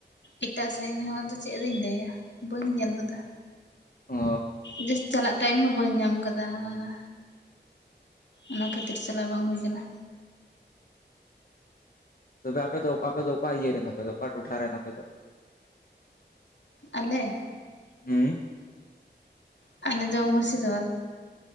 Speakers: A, on the left; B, on the left.
A: ᱮᱴᱟᱜ ᱥᱮᱫ ᱤᱧ ᱦᱚᱸ ᱟᱫᱚ ᱪᱮᱫ ᱨᱤᱧ ᱞᱟᱹᱭᱟ? ᱵᱟᱹᱧ ᱧᱮᱞ ᱠᱟᱫᱟ᱾
B: ᱚ
A: ᱡᱟᱥᱴ ᱪᱟᱞᱟᱜ ᱴᱟᱭᱤᱢ ᱦᱚᱸ ᱵᱟᱹᱧ ᱧᱟᱢ ᱠᱟᱫᱟ ᱚᱱᱟ᱾ ᱚᱱᱟ ᱠᱷᱟᱹᱛᱤᱨ ᱪᱟᱞᱟᱣ ᱵᱟᱝ ᱦᱩᱭ ᱠᱟᱱᱟ᱾
B: ᱛᱚᱵᱮ ᱟᱯᱮ ᱫᱚ ᱟᱯᱮ ᱫᱚ ᱚᱠᱟ ᱤᱭᱟᱹ ᱨᱮᱱ ᱟᱯᱮ ᱫᱚ ᱚᱠᱟ ᱴᱚᱴᱷᱟ ᱨᱮᱱ ᱟᱯᱮ ᱫᱚ?
A: ᱟᱞᱮ?
B: ᱦᱩᱸ᱾
A: ᱟᱞᱮ ᱫᱚ ᱢᱩᱨᱥᱤᱫᱟᱵᱟᱫᱽ᱾